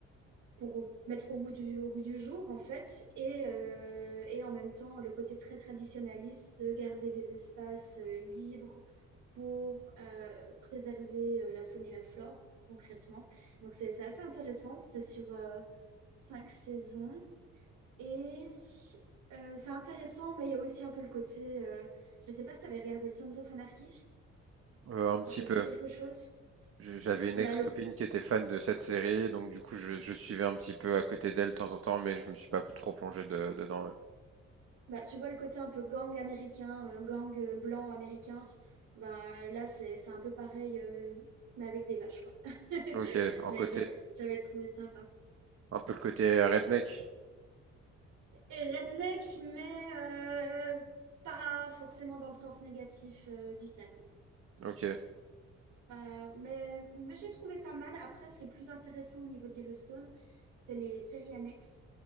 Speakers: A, on the right; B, on the right.
A: pour mettre au goût du, au goût du jour, en fait, et, euh, et en même temps le côté très traditionnaliste de garder les espaces euh, libres pour euh, préserver euh, la faune et la flore, concrètement. Donc c'est c'est assez intéressant, c'est sur euh, cinq saisons, et euh, c'est intéressant, mais il y a aussi un peu le côté, euh, je ne sais pas si tu avais regardé Sons of Anarchy,
B: Euh, un
A: si
B: petit
A: ça
B: peu.
A: te dit quelque chose.
B: J- J'avais une
A: Bah,
B: ex-copine
A: le,
B: qui était fan de cette série, donc du coup je, je suivais un petit peu à côté d'elle de temps en temps, mais je me suis pas trop plongé de- dedans. ouais.
A: Bah, tu vois le côté un peu gang américain, euh, gang euh, blanc américain, bah, là c'est c'est un peu pareil, euh, mais avec des vaches, quoi. <laughs>
B: Ok, en
A: Mais
B: côté,
A: j'avais j'avais trouvé sympa.
B: Un peu le côté redneck.
A: Et redneck, mais euh, pas forcément dans le sens négatif euh, du terme.
B: Ok,
A: Pas, mais mais j'ai trouvé pas mal. Après, ce qui est plus intéressant au niveau de Yellowstone, c'est les séries annexes.